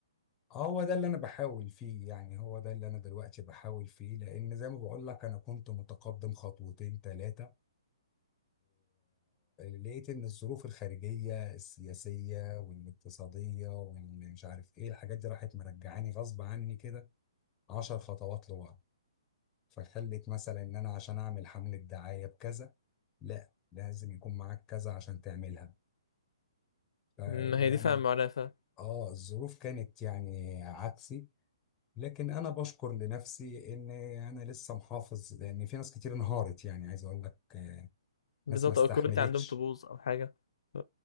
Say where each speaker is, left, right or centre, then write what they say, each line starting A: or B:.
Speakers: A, on the left; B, on the left.
A: هو ده اللي انا بحاول فيه يعني هو ده اللي انا دلوقتي بحاول فيه لان زي ما بقول لك انا كنت متقدم خطوتين ثلاثة لقيت ان الظروف الخارجية السياسية والاقتصادية ومش عارف ايه الحاجات دي راحت مرجعاني غصب عني كده عشر خطوات لورا فخلت مثلا ان انا عشان اعمل حملة دعاية بكذا لا لازم يكون معاك كذا عشان تعملها فيعني
B: ما هي دي فاهم معناها فاهم
A: اه الظروف كانت يعني عكسي لكن انا بشكر لنفسي ان انا لسه محافظ لان في ناس كتير انهارت يعني عايز اقول لك آه،
B: بالظبط
A: ناس ما استحملتش
B: او الكواليتي عندهم تبوظ او حاجه ف-